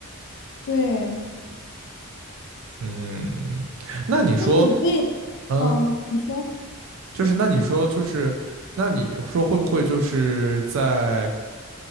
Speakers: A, on the left (about 55°); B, on the right (about 60°).
A: 对。
B: 嗯，那你说，
A: 那你对，
B: 嗯，
A: 嗯，你说，
B: 就是那你说就是，那你说会不会就是在